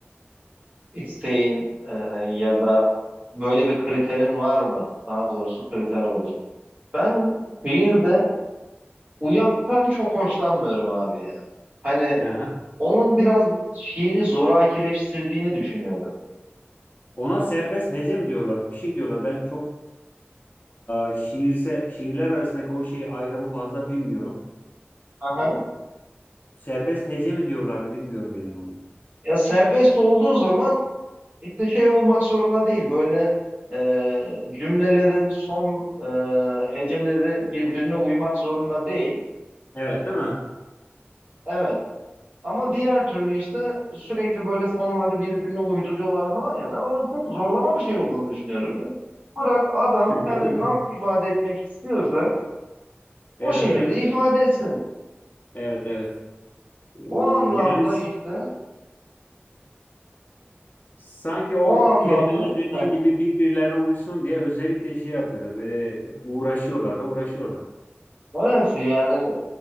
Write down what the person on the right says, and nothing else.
isteğin e, ya da böyle bir kriterin var mı? Daha doğrusu kriter olur. Ben şiirde uyaktan çok hoşlanmıyorum abi ya. Hani
onun biraz şiiri zorakileştirdiğini düşünüyorum.
Aha.
Ya serbest olduğu zaman işte şey olmak zorunda değil. Böyle e, cümlelerin son e, heceleri birbirine uymak zorunda değil.
Evet. Ama diğer türlü işte sürekli böyle sonları birbirine uyduruyorlar falan ya. Ben onun çok zorlama bir şey olduğunu düşünüyorum ya. Bırak adam
kendini
nasıl ifade etmek istiyorsa o
şekilde
ifade etsin.
O anlamda
işte
o anlamda
heh,
evet yani